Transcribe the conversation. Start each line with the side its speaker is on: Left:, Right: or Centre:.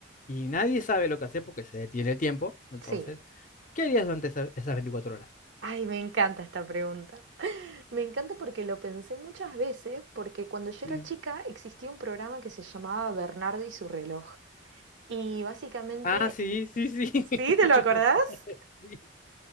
Left: y nadie sabe lo que hacer porque se detiene el tiempo, entonces,
Right: Sí.
Left: ¿qué harías durante esa- esas 24 horas?
Right: Ay, me encanta esta pregunta. Me encanta porque lo pensé muchas veces, porque cuando yo
Left: Sí,
Right: era chica existía un programa que se llamaba Bernardo y su reloj. Y básicamente...
Left: Ah, sí, sí, sí.
Right: ¿Sí? ¿Te lo acordás?
Left: <laughs> Sí,